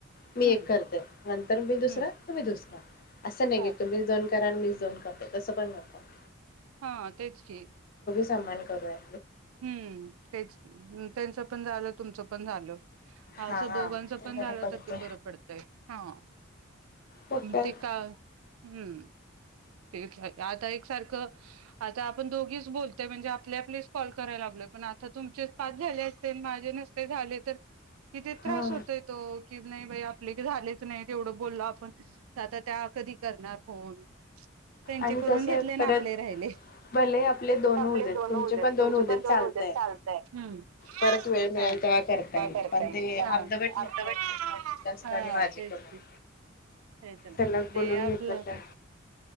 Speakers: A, on the left; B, on the right.
A: मी
B: हम्म
A: एक करते. नंतर मी दुसरा,
B: हम्म
A: तुम्ही दुसरा असं नाहीे
B: हो
A: की तुम्हीच दोन करा आणि ‌मी दोन करतोय कसं पण नव्हतं‌.
B: हा तेच की
A: समान करूया,
B: हम्म तेच की हम त्यांच पण झालं तुमचं पण झालं.
A: हा
B: असं
A: हा
B: दोघांच
A: ते
B: पण
A: बरं
B: झालं
A: पडते.
B: तर ते बरं पडतय, हा
A: मग काय
B: ते का हुं तेच आता एक सारखं आता आपण दोघीच बोलततोय म्हणजे आपल्या आपल्याशी कॉल करायला लागलोय, पण आता तुमचेच पाच झाले असते नी माझे नसते झाले तर किती त्रास
A: हा.
B: होतय तो कि नाही बाई आपले झालेच नाही, एवढं बोलो आपण. आता त्या कधी करणार फोन त्यांचे
A: आणि
B: करून
A: कसं
B: घेतले
A: आहे
B: ना
A: परत
B: आपले राहिले
A: भले आपले दोन
B: आपले
A: होऊ देत
B: दोन होवू देत तुमचे
A: होऊ
B: पण दोन
A: चालतंय.
B: होवू देत चालतय, हा
A: परत वेळ मिळेल तेव्हा करता
B: काय
A: येईल
B: करताय
A: पण
B: येईल
A: ते अर्धवट
B: अर्धवट
A: नको वाटतं तुमचं जास्त आणि माझे
B: तेच
A: कमी.
B: की, <unintelligible>
A: सलग बोलून
B: ते आपलं
A: तर काय